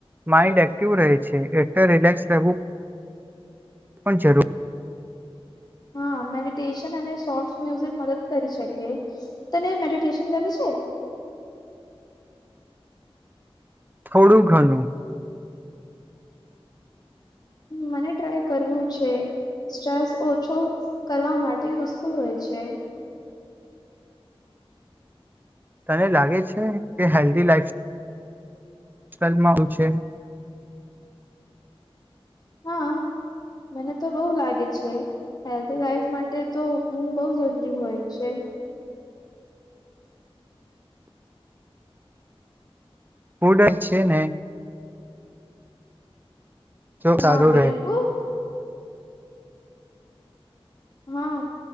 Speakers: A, on the right (about 20°); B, on the left (about 40°).
A: માઇન્ડ એક્ટિવ રહે છે એટલે રિલેક્સ રહેવું પણ જરૂર
B: હા મેડિટેશન અને સોફ્ટ મ્યુઝિક મદદ કરી શકે તને મેડિટેશન ગમે છે
A: થોડું ઘાનુ
B: મને ટ્રાય કરવું છે સ્ટ્રેસ ઓછો કરવા માટે યુઝફુલ હોય છે
A: તને લાગે છે કે હેલ્ધ લાઈફ સ્ટાઇલ મા આવ છે
B: હા મને તો બઉુ લાગે છે હેલ્ધ વાઇફ માટે તો ઊઘ બઉ જરૂરી હોય છે
A: ફૂડ જ છે ને જો
B: હા
A: સારું
B: બિલકુલ
A: રહે
B: હા